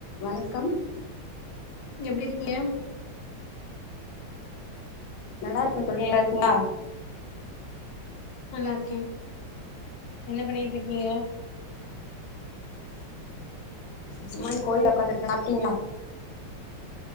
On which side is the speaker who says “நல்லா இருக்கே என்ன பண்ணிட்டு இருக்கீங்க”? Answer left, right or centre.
Left